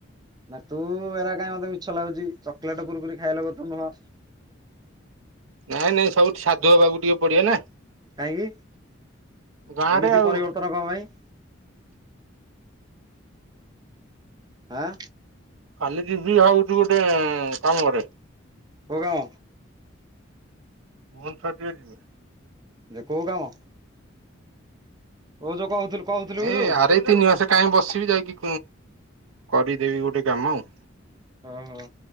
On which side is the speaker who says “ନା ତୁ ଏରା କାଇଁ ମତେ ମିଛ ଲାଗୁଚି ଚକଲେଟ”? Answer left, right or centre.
Right